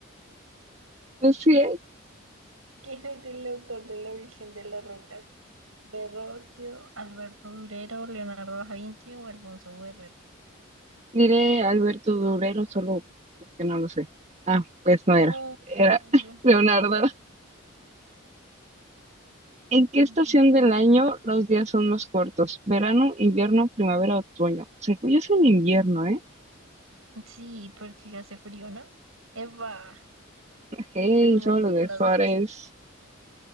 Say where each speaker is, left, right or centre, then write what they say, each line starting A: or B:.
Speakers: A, on the right; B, on the right.
A: No sé,
B: ¿Quién es el autor de La Virgen de las Rocas? Verrocchio, Alberto Durero, Leonardo da Vinci o Alfonso Berrete.
A: diré Alberto Durero solo porque no lo sé. Ah, pues no era.
B: No,
A: Era <laughs>
B: Leonardo
A: Leonardo.
B: da
A: ¿En qué
B: Vinci.
A: estación del año los días son más cortos? ¿Verano, invierno, primavera, otoño? Según yo es en invierno, ¿eh?
B: Sí, porque hace frío, ¿no? Eva,
A: Hey,
B: estuvimos
A: solo
B: bien
A: de
B: las
A: Juárez.
B: dos.